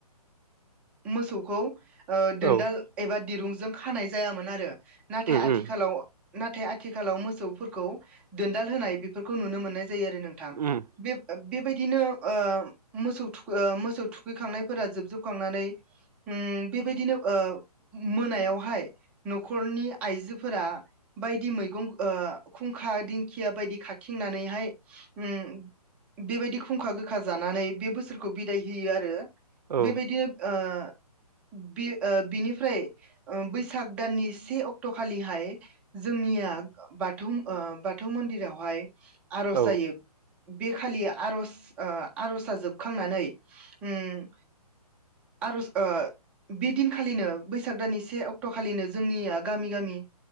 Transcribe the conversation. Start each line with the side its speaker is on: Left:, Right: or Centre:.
Centre: मोसौखौ दोनदाल
Right: औ
Centre: एबा दिरुंजों खानाय जायामोन आरो नाथाय
Right: उम
Centre: आथिखालाव
Right: उम
Centre: नाथाय आथिखालाव मोसौफोरखौ दोनदाल होनाय बेफोरखौ नुनो मोननाय जायो आरो नोंथां
Right: उम
Centre: बे बेबायदिनो मोसौ थुखै मोसौ थुखैखांनायफोरा जोबजोबखांनानै बेबायदिनो ओ मोनायावहाय न'खरनि आइजोफोरा बायदि मै खुंखा दिंखिया बायदि खाथिंनानैहाय ओम बेबायदि खुंखा गोखा जानानै बे बोसोरखौ बिदाय होयो आरो
Right: औ
Centre: बेबायदिनो <inaudible> <unintelligible> बे ओ बिनिफ्राय ओ बैसाग दाननि से अक्ट' खालिहाय जोंनिया बाथौ ओ बाथौ मन्दिरावहाय आर'ज
Right: औ
Centre: जायो। बेखालि आर'ज ओ आर'ज आं जोबखांनानै उम आर'ज ओ बे दिनखालिनो बैसाग दाननि से अक्ट' खालिनो जोंनिया गामि गामि